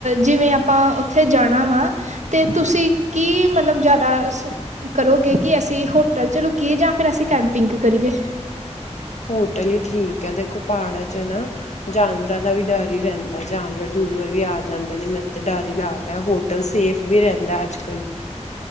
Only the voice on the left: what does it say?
ਹੋਟਲ ਹੀ ਠੀਕ ਹੈ, ਦੇਖੋ ਪਹਾੜਾਂ ਚ ਨਾ। ਜਾਨਵਰਾਂ ਦਾ ਵੀ ਡਰ ਹੀ ਰਹਿੰਦਾ, ਜਾਨਵਰ-ਜੂਨਵਰ ਵੀ ਆ ਜਾਂਦੇ ਨੇ ਮੈਨੂੰ ਤੇ ਡਰ ਹੀ ਲੱਗਦਾ ਹੋਰ ਮਤਲਬ ਸੇਫ ਵੀ ਰਹਿੰਦਾ ਅੱਜ-ਕੱਲ੍ਹ,